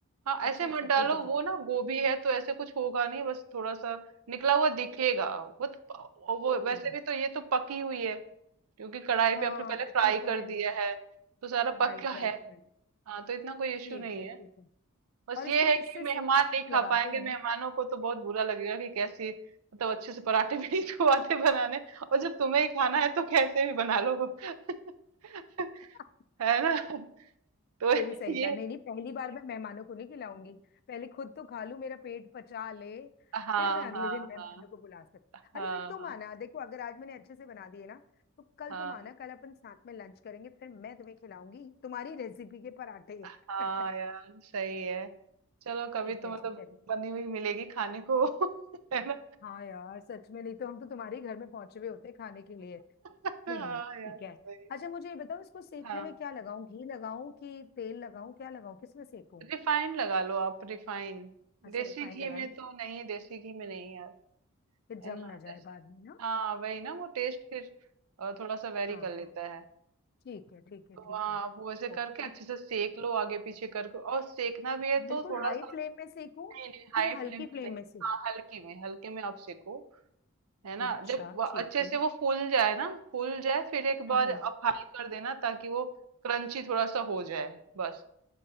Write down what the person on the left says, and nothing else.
अच्छा अच्छा
ठीक
है ठीक
है
ओके
हाँ
कच्ची
तो
है नहीं
Right right
right
ठीक
है ठीक
है
और
इसको
किससे
सेको कुछ
लगाते
हैं
ना
<laughs>
ये भी सही
कहा नहीं नहीं पहली बार मैं मेहमानों को नहीं खिलाऊंगी पहले खुद तो खा लूं मेरा पेट पचा ले
फिर मैं अगले
दिन मेहमानों
को बुला सकती
अरे फिर तुम
आना देखो अगर आज मैंने अच्छे से बना दिए ना तो कल
तुम आना कल अपन साथ में लंच करेंगे फिर मैं तुम्हें खिलाऊंगी तुम्हारी रेसिपी के पराठे <laughs>
ठीक
है
ठीक है
हाँ यार सच में नहीं तो हम तो तुम्हारे ही घर में पहुंचे हुए होते खाने के लिए
नहीं नहीं ठीक
है अच्छा मुझे ये बताओ इसको सेकने
में क्या लगाऊं घी लगाऊं कि तेल लगाऊं क्या लगाऊं किसमें सेकूं
अच्छा
रिफाइंड
लगा
लूं
फिर जम
ना जाए
बाद में ना
हाँ
हाँ
ठीक है ठीक है
ठीक
है
ओके
अब बिल्कुल
हाई
फ्लेम में सेकूं
कि
हल्की
फ्लेम
में सेक
अच्छा
ठीक है
हम्म